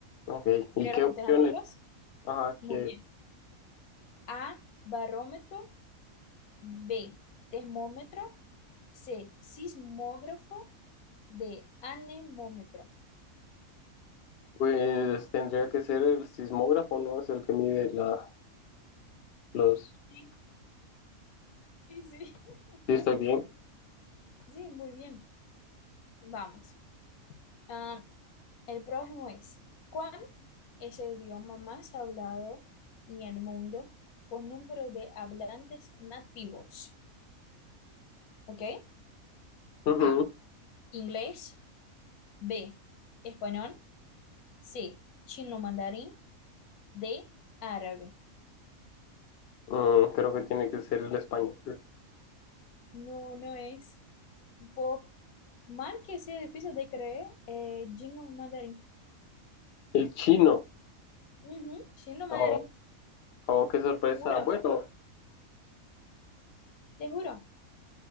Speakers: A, on the left; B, on the left.
A: Ok, ¿y
B: Pero
A: qué
B: las alternativas.
A: opciones? Ajá,
B: Muy
A: que
B: bien. A, barómetro. B, termómetro. C, sismógrafo. D, anemómetro.
A: pues tendría que ser el sismógrafo, ¿no? Es el que mide la, los...
B: Sí, sí, sí. <laughs>
A: Sí, estoy bien.
B: Sí, muy bien. Vamos. Ah, el próximo es, ¿cuál es el idioma más hablado en el mundo por número de hablantes nativos? ¿Ok?
A: Ujú.
B: A, inglés, B, español, C, chino mandarín, D, árabe.
A: Mm, creo que tiene que ser el español.
B: No, no es. Por mal que sea difícil de creer, eh, chino mandarín.
A: El chino.
B: Ujú, chino mandarín.
A: Oh, oh, qué sorpresa.
B: Te juro,
A: Bueno,
B: te juro.